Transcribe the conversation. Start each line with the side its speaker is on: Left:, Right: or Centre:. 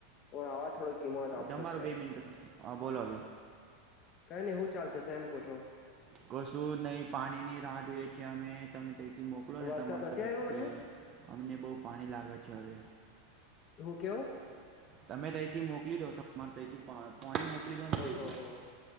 Left: આવા થોડોક ધીમો જ આપતો
Right: તમારો
Left: છે
Right: બે મિનટ, હા બોલો હવે
Left: કઈની, હું ચાલતો એમ પૂછું?
Right: કશું નહીં પાણીની રાહ જોઈએ છે અમે, તમે તઈથી મોકલો ને
Left: વરસાદ
Right: તમારા તરફથી.
Left: નથી આવ્યો હજુ
Right: અમને બહુ પાણી લાગે છે હવે
Left: હું કેવો?
Right: તમે તઈથી મોકલી દો, તમારે તઈથી, પાણી મોકલી દો ને તઈ
Left: ઓહો
Right: થી
Left: હો